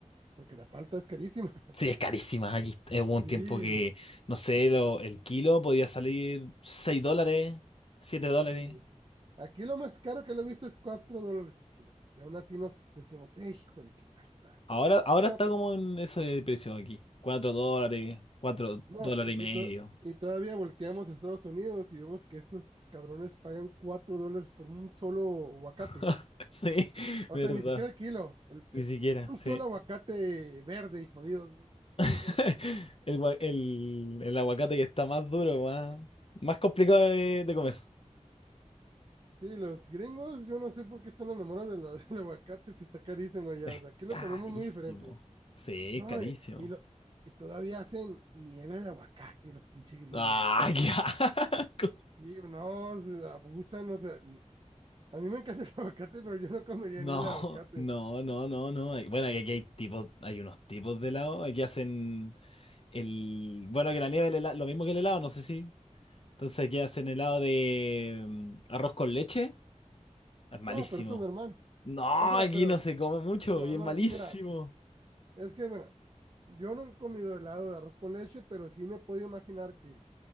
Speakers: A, on the right; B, on the left.
A: porque la palta es carísima. <laughs>
B: Sí, es carísima. Aquí eh, hubo un
A: Sí,
B: tiempo que, no sé, lo- el kilo podía salir 6 dólares, 7 dólares.
A: sí. Aquí lo más caro que lo he visto es 4 dólares el kilo. Y aún así nos decimos, "Eh, híjole, qué caro está.
B: Ahora, ahora
A: No,
B: está
A: pues,
B: como en ese precio aquí. cuatro dólares, 4
A: no,
B: dólares
A: y,
B: y medio.
A: y to- y todavía volteamos a Estados Unidos y vemos que estos cabrones pagan 4 dólares por un solo aguacate.
B: <laughs> Sí,
A: O
B: verdad.
A: sea, ni siquiera el kilo. El,
B: Ni
A: el-
B: siquiera,
A: un
B: sí.
A: solo aguacate verde y jodido. <laughs>
B: <laughs> El, gua- el, el aguacate que está más duro, más, más complicado de, de comer.
A: Sí, los gringos, yo no sé por qué están enamorados de la- <laughs> del aguacate si está carísimo allá.
B: Es
A: O sea, aquí lo
B: carísimo.
A: comemos muy diferente.
B: Sí,
A: No,
B: es carísimo.
A: y, y lo, y todavía hacen nieve de aguacate los pinches gringos,
B: ¡Ah,
A: güey.
B: <laughs> qué asco!
A: Sí, no, se abusan, o sea, ni- a mí me encanta el <laughs> aguacate, pero yo no comería
B: No,
A: nieve de aguacate.
B: no, no, no, no. Hay- Bueno, aquí hay tipos, hay unos tipos de helado. Aquí hacen el. Bueno, que la nieve, el helado, lo mismo que el helado, no sé si Entonces, ¿qué hacen helado de mm, arroz con leche? Es malísimo.
A: Ah, pero eso es normal.
B: No,
A: O sea,
B: aquí
A: pero,
B: no se come mucho
A: no,
B: y es
A: no,
B: malísimo.
A: no, mira, es que, mira, yo no he comido helado de arroz con leche, pero sí me puedo imaginar que